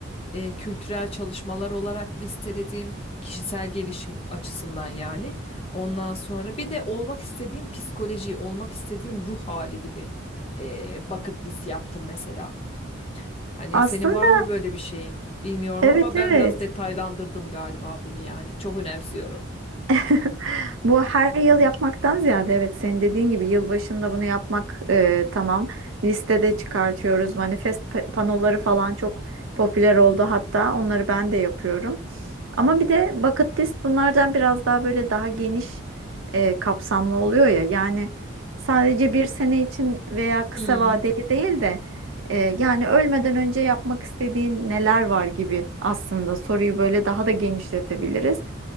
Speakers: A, on the left; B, on the right.
A: e, kültürel çalışmalar olarak listelediğim, kişisel gelişim açısından yani. Ondan sonra bir de olmak istediğim psikoloji, olmak istediğim ruh hali gibi e, bucket list yaptım mesela. Hani
B: Aslında
A: senin var mı böyle bir şeyin? Bilmiyorum
B: evet
A: ama ben
B: evet.
A: biraz detaylandırdım galiba bunu yani. Çok önemsiyorum.
B: <laughs> Bu her yıl yapmaktan ziyade evet senin dediğin gibi yılbaşında bunu yapmak e, tamam. Listede çıkartıyoruz. Manifest pa- panoları falan çok popüler oldu hatta. Onları ben de yapıyorum. Ama bir de bucket list bunlardan biraz daha böyle daha geniş e, kapsamlı oluyor ya. Yani sadece bir sene için veya kısa
A: Hmm,
B: vadeli değil de e, yani ölmeden önce yapmak istediğin neler var gibi aslında soruyu böyle daha da genişletebiliriz.